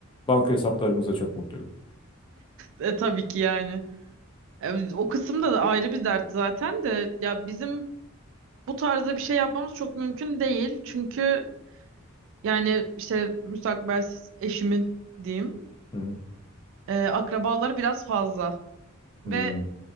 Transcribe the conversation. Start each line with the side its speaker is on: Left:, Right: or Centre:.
Left: Banka hesaplarımız da çok mutluydu.
Right: E, tabii ki yani. E, o kısımda da ayrı bir dert zaten de ya bizim bu tarzda bir şey yapmamız çok mümkün değil. Çünkü yani işte müstakbel eşimin diyeyim
Left: Hı, hı,
Right: e, akrabaları biraz fazla.
Left: Hmm,
Right: Ve